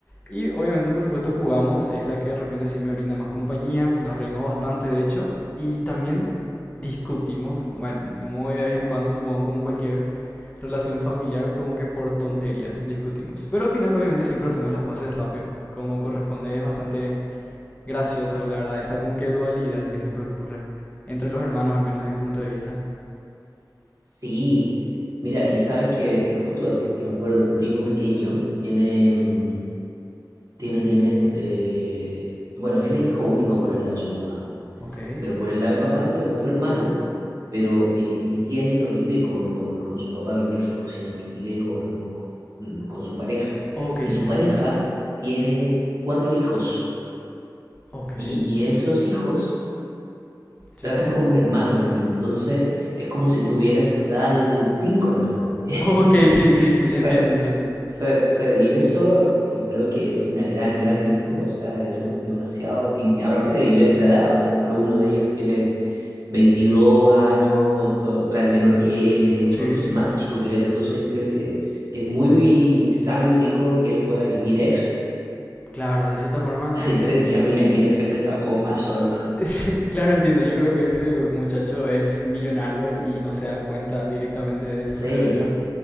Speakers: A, on the left (about 20°); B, on the right (about 45°).
A: Y obviamente, por supuesto, jugamos. Es la que de repente sí me brinda más compañía. Nos reímos bastante, de hecho. Y también discutimos, bueno, muy de vez en cuando, supongo, como cualquier relación familiar o como que por tonterías discutimos. Pero al final, obviamente, siempre hacemos las paces rápido. Como corresponde, es bastante gracioso, la verdad. Esta como que dualidad que siempre ocurre entre los hermanos, al menos de mi punto de vista.
B: Sí, mira, y sabes que justo eh, que me acuerdo, mi primo pequeño tiene, mm, tiene, tiene, eh, bueno, él es hijo único por el lado de su mamá,
A: Ok.
B: pero por el lado de papá tiene otro hermano, pero mi, mi tía ya no vive con, con, con su papá biológico, sino que vive con, con, mm, con su pareja.
A: Ok, entiendo.
B: Y su pareja tiene cuatro hijos,
A: Ok.
B: y, y esos hijos
A: Sí.
B: tratan como un hermano a mi primo, entonces es como si tuviera en total cinco hermanos. <laughs>
A: Ok, sí, sí, sí,
B: Sí,
A: entiendo, entiendo.
B: sí, sí, y eso yo creo que es una gran, gran virtud, o sea, eso es demasiado, y aparte de diversa edad, por ejemplo, uno de ellos tiene 22 años, ot- otra es menor que él, de hecho,
A: Sí,
B: otro es
A: sí.
B: más chico que él, entonces creo que, que es muy sano y rico que él pueda vivir eso,
A: Claro, de cierta forma,
B: <laughs> a diferencia
A: y-
B: mía, que yo siempre he estado como más solo.
A: <laughs> claro, entiendo, yo creo que ese muchacho es millonario y no se da cuenta directamente de eso,
B: Sí,
A: creo yo,